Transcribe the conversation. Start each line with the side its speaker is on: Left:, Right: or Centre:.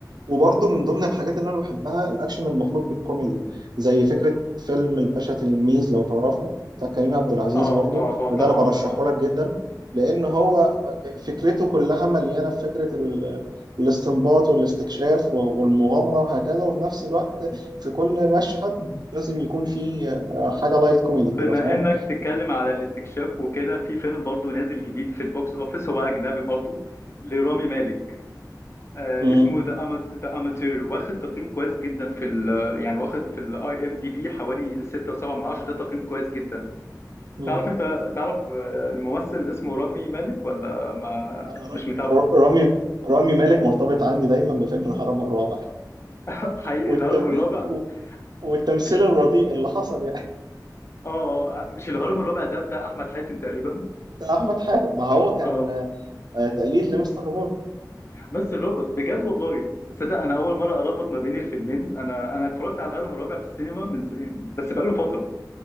Right: وبرضه من ضمن الحاجات اللي انا بحبها الاكشن المخلوط بالكوميدي زي فكره فيلم الباشا تلميذ لو تعرفه بتاع كريم عبد العزيز
Left: اه
Right: برضه
Left: اه اه
Right: وده
Left: طبعا
Right: انا برشحه
Left: اه
Right: لك جدا لان هو فكرته كلها مليانه في فكره ال- الاستنباط والاستكشاف و- والمغامره وهكذا وفي نفس الوقت في كل مشهد لازم يكون في آه، حاجه لايت كوميدي
Left: بما
Right: كده فاهم
Left: انك تتكلم على الاستكشاف وكده في فيلم برضو نازل جديد في البوكس اوفيس هو اجنبي برضو لرامي مالك آه
Right: مم.
Left: اسمه ذا أمت... ذا اماتير واخد تقييم كويس جدا في ال... يعني واخد في الاي ام دي بي حوالي 6.7 من 10 ده تقييم كويس جدا
Right: مم.
Left: تعرف انت تعرف آه، الممثل اللي اسمه رامي مالك ولا ما
Right: انا ر-
Left: مش متابعه
Right: ر- رامي رامي مالك مرتبط عندي دايما بفيلم الهرم الرابع
Left: <laughs> حقيقي
Right: والتم...
Left: الهرم الرابع
Right: و- والتمثيل
Left: مش
Right: الرديء اللي حصل يعني
Left: اه آه، مش الهرم الرابع ده بتاع احمد حاتم تقريبا
Right: بتاع احمد حاتم ما هو كان
Left: اه
Right: آه، تقليد لمستر بوي
Left: مثل روبوت بجد والله صدق انا اول مره اربط ما بين الفيلمين انا انا اتفرجت على الهرم الرابع في السينما من س... بس بقاله فتره